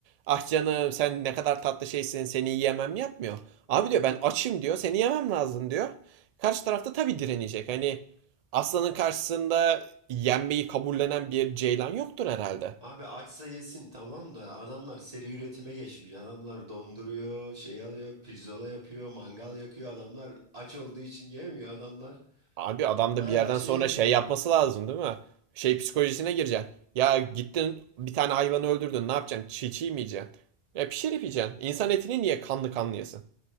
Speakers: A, on the right; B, on the right.
A: Ah canım sen ne kadar tatlı şeysin seni yiyemem yapmıyor. Abi diyor ben açım diyor seni yemem lazım diyor. Karşı tarafta tabii direnecek. Hani aslanın karşısında yenmeyi kabullenen bir ceylan yoktur herhalde.
B: Abi açsa yesin tamam da adamlar seri üretime geçmiş. Adamlar donduruyor, şey alıyor, pirzola yapıyor, mangal yakıyor. Adamlar aç olduğu için yemiyor adamlar.
A: Abi adam
B: Bayağı
A: da bir yerden
B: şey
A: sonra
B: yapıyor.
A: şey yapması lazım değil mi? Şey psikolojisine gireceksin. Ya gittin bir tane hayvanı öldürdün ne yapacaksın? Çiğ çiğ mi yiyeceksin? Ya pişirip yiyeceksin. İnsan etini niye kanlı kanlı yesin?